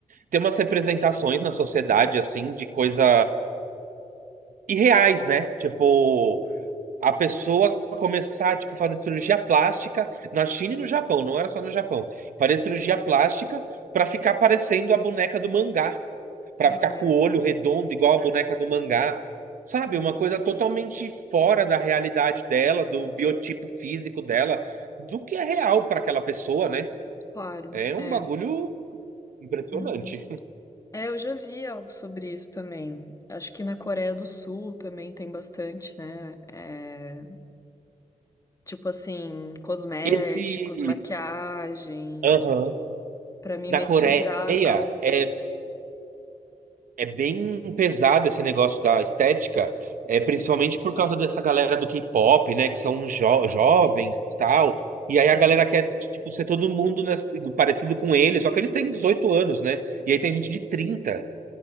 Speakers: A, on the right (about 80°); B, on the left (about 25°).
A: ter umas representações na sociedade assim de coisas irreais, né? Tipo, a pessoa começar tipo fazer cirurgia plástica na China e no Japão, não era só no Japão. Fazer cirurgia plástica pra ficar parecendo a boneca do mangá para
B: Uhum,
A: ficar com o olho redondo, igual a boneca do mangá. Sabe,
B: uhum,
A: uma coisa totalmente fora da realidade dela, do biotipo físico dela, do que é real para aquela pessoa, né?
B: claro,
A: É um
B: é.
A: bagulho impressionante.
B: Uhum. É, eu já vi algo sobre isso também. Acho que na Coreia do Sul também tem bastante, né? É, Tipo assim, cosméticos,
A: Esse.
B: maquiagem,
A: Aham.
B: pra mimetizar
A: Na Coreia,
B: algo.
A: é, É bem pesado esse negócio da estética, é, principalmente por causa dessa galera do K-pop, né? Que são jo- jovens
B: Sim.
A: e tal. E aí a galera quer, tipo, ser todo mundo nessa- parecido com eles, só que eles têm 18 anos, né? E aí tem gente de 30